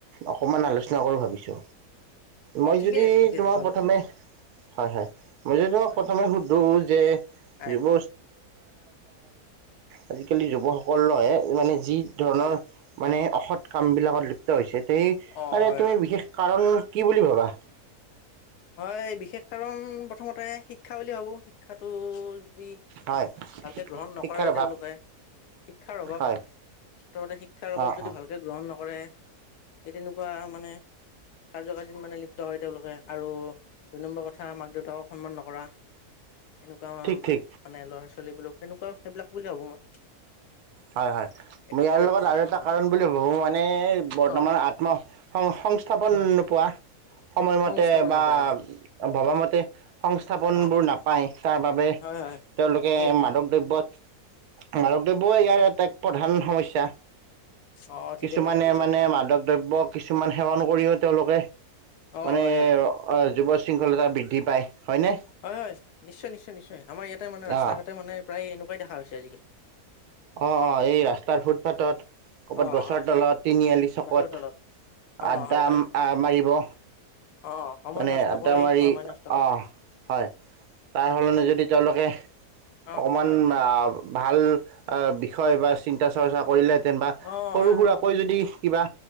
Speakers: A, on the right (about 80°); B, on the left (about 80°).
A: অকনমান আলোচনা
B: অ
A: কৰোঁ ভাবিছো মই
B: অ ঠিকে
A: যদি
B: আছে ঠিকে
A: তোমাক
B: আছে ভাল
A: প্ৰথমে
B: কৰিছে
A: হয় হয় মই যদি তোমাক
B: হয়
A: প্ৰথমে সুধো যে
B: হয়
A: যুৱ আজিকালি যুৱক সকলক ইমানেই যি ধৰণৰ
B: অ
A: মানে অসৎ কামবিলাকত লিপ্ত হৈছে। সেই
B: অ
A: আৰে
B: হয়
A: তুমি
B: হয়
A: বিশেষ কাৰণ, কি বুলি ভাবা?
B: হয়, বিশেষ কাৰণ প্ৰথমতে শিক্ষা বুলি ভাবো, শিক্ষাটো- দুই,
A: হয়
B: ভালকে গ্ৰহণ নকৰে
A: শিক্ষাৰ অভাৱ
B: তেওঁলোকে শিক্ষাৰ অভাৱ,
A: হয়
B: প্ৰথমতে শিক্ষাৰ অভাৱ
A: অ
B: যদি
A: অ
B: ভালকে গ্ৰহণ, নকৰে তেনেকুৱা মানে কাৰ্য, দিন মানে লিপ্ত হয় তেওঁলোকে আৰু, - দুই নম্বৰ কথা মাক- দেউতাকক সন্মান নকৰা। এনেকুৱা মান
A: ঠিক
B: -মানে,
A: ঠিক
B: লৰা- ছোৱালী, ছোৱীলীবোৰক সেনেকুৱা সেইবিলাক বুলি ভাবো মই।
A: হয়- হয়
B: এনেকুৱাও
A: মই ইয়াৰ
B: ভাবিছো
A: লগত আৰু
B: মই
A: এটা কাৰণ বুলি ভাবো মানে বৰ্তমান
B: অ
A: আত্মসং, -স্থাপন
B: হয়
A: নোপোৱা। সময়মতে
B: সংস্থাপন
A: বা
B: নাপায় অ
A: ভবা মতে। তে, - সংস্থাপনবোৰ
B: অ
A: নাপায় তাৰ বাবে
B: হয় হয়
A: তেওঁলোকে
B: ঠিকে কৈছা
A: মাদক দ্ৰব্যত মাদক, ওঃ ইয়াৰ এটা প্ৰধান সমস্যা।
B: অ ঠিকে
A: কিছুমানে
B: কৈছা ঠিকে
A: মানে
B: কৈছা
A: মাদক দ্ৰব্য কিছুমান সেৱন কৰিও তেওঁলোকে
B: অ
A: মানে
B: হয় হয় হয়
A: যুৱ, শৃংখলতা বৃদ্ধি পায়। হয়নে
B: হয়- হয়, নিশ্চয় -নিশ্চয় -নিশ্চয় আমাৰ ইয়াত, তে মানে ৰাস্তা
A: অ
B: - ঘাটে মানে, প্ৰায় এনেকুৱাই দেখা হৈছে আজিকালি।
A: অহ ', অহ ', এই ৰাস্তাৰ ফুটপাথত, ক'ৰবাত
B: অ
A: গছৰ
B: হয় হয়
A: তলত, তিনিআলি চকত,
B: গছৰ তলত অ
A: আড্ডা
B: হয় হয়
A: মাৰিব।
B: অ সময়
A: মানে
B: নষ্ট
A: আড্ডা
B: কৰি
A: মাৰি
B: সময় নষ্ট কৰে
A: অহ, হয় তাৰ সলনি
B: তাকে
A: যদি তেওঁলোকে অকণমান,
B: অ হয়
A: ভাল -বিষয় বা চিন্তা -চৰ্চা কৰিলে, যেনবা
B: অ
A: সৰু
B: হয়
A: -সুৰাকৈ
B: হয় হয়
A: যদি কিবা,